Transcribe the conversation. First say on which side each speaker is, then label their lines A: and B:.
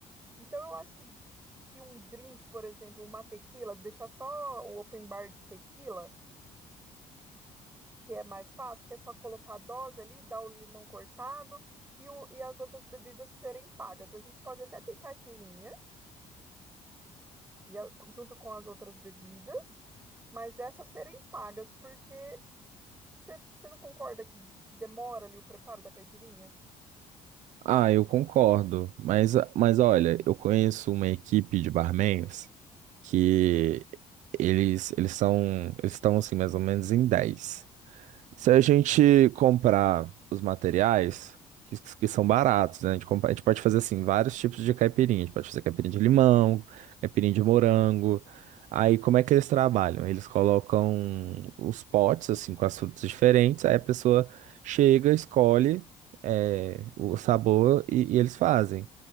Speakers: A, on the right (about 15°); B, on the right (about 70°).
A: Então eu acho que que um drink, por exemplo, uma tequila, deixar só o open bar de tequila, que é mais fácil, que é só colocar a dose ali, dar o limão cortado e, o, e as outras bebidas serem pagas. A gente pode até ter caipirinha e a- junto com as outras bebidas, mas essas serem pagas, porque você não concorda que, que demora ali o preparo da caipirinha?
B: Ah, eu concordo, mas, mas olha, eu conheço uma equipe de barmans que eles, eles são, eles estão assim mais ou menos em 10. Se a gente comprar os materiais, que, que são baratos, né? A gente, compra- a gente pode fazer assim, vários tipos de caipirinha. A gente pode fazer caipirinha de limão, caipirinha de morango. Aí, como é que eles trabalham? Eles colocam os potes, assim, com as frutas diferentes. Aí a pessoa chega, escolhe, é, o sabor e, e eles fazem.